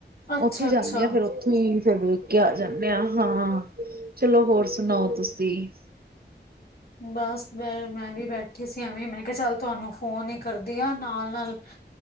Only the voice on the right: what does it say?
ਓਥੇ
ਜਾਂਨੇ ਆਂ ਫੇਰ ਓਥੇ ਠੀਕ ਐ ਫਿਰ ਵੇਖ ਕੇ ਆ ਜਾਂਨੇ ਆਂ ਹਾਂ, ਚਲੋ ਹੋਰ ਸਨਾਓ ਤੁਸੀਂ